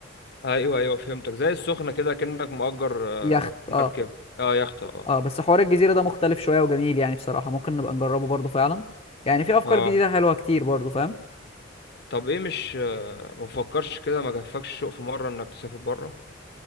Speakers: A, on the left (about 60°); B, on the left (about 30°).
A: ايوه ايوه فهمتك زي السخنه كده كأنك مؤجر آه،
B: يخت
A: مركب
B: اه
A: اه يخت اه
B: اه بس حوار الجزيره ده مختلف شويه وجميل يعني بصراحه ممكن نبقى نجربه برضو فعلا يعني في افكار
A: اه
B: جديده حلوه كتير برضو فاهم
A: طب ايه مش آه، ما فكرش كده ما جفكش الشوق في مرة انك تسافر بره